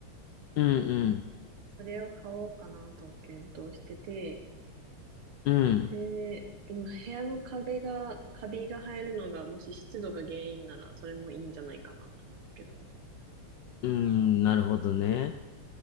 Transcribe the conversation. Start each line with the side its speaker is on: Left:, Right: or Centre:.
Left: うんうん
Right: それを買おうかなと検討してて、
Left: うん。
Right: で、うん部屋の壁が、カビが生えるのが、もし湿度が原因なら、それもいいんじゃないかなと思うけど。
Left: うんなるほどね。